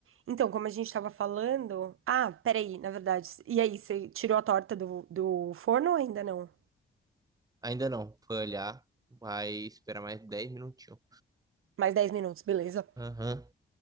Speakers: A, on the right (about 85°); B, on the right (about 15°).
A: Então, como a gente tava falando. Ah, peraí, na verdade. E aí, você tirou a torta do, do forno ou ainda não?
B: Ainda não. Foi olhar. Vai esperar mais dez minutinhos.
A: Mais 10 minutos, beleza.
B: Aham,